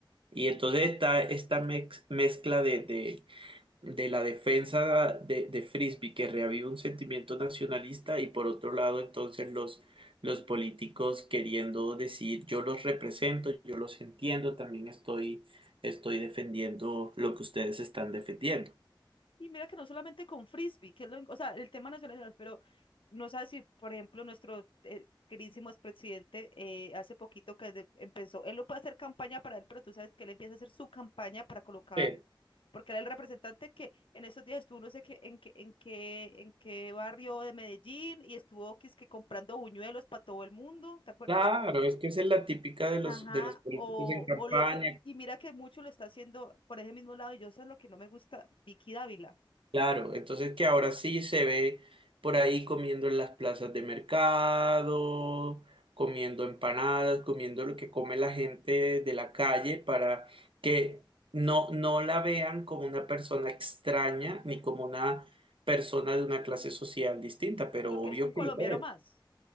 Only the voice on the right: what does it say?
Y entonces está esta mez- mezcla de, de de la defensa de, de Frisbee que reaviva un sentimiento nacionalista y por otro lado entonces los, los políticos queriendo decir yo los represento, yo los entiendo, también estoy, estoy defendiendo lo que ustedes están defendiendo.
Sí.
Claro, es que esa es la típica de los,
de los políticos
en campaña
Claro, entonces que ahora sí se ve por ahí comiendo en las plazas de mercado, comiendo empanadas, comiendo lo que come la gente de la calle para que no, no la vean como una persona extraña ni como una persona de una clase social distinta, pero
obvio
que
lo es.